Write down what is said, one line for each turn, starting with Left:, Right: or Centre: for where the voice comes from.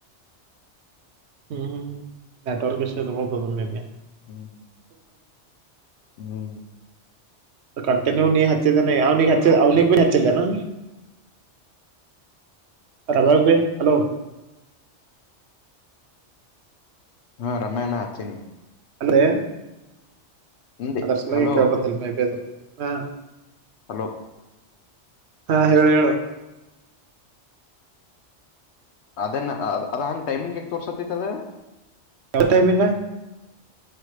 Right: ಹ್ಮ್ ಹ್ಮ್ ನೆಟ್ವರ್ಕ್ ವಿಶ್ ಯು ಇರಬೇಕು ಮೇಬಿ.
Left: ಹ್ಮ್ ಹ್ಮ್
Right: ಕಂಟಿನ್ಯೂ ನೀ ಹಚ್ಚಿದ್ದೇನೆ ಅವ್ನಿಗೆ ಹಚ್ಚ ಅವನಿಗೆ ಭೀ ಹಚ್ಚಿದ್ದೇನ ರವ್ಯಾಗ ಬಿ ಹಲೋ
Left: ಹ್ಮ ರಮಾಗ ನಾ ಹಚ್ಚಿನಿ
Right: ಅಂದ್ರೆ
Left: ಹಿಂದೆ
Right: ಅದ್ರ ಸಲಾಗಿ
Left: ಹಲೋ
Right: ಕೇಳ್ಬಂದಿಲ್ಲ ಮೇ ಬೀ ಅದು ಹಾ
Left: ಹಲೋ
Right: ಹಾ ಹೇಳ ಹೇಳ
Left: ಅದನ್ನ ಅದ ಹಂಗ್ ಟೈಮಿಂಗ್ ಎಕ್ ತೋರ್ಸತ್ತತ್ದ
Right: ಯಾವ ಟೈಮಿಂಗ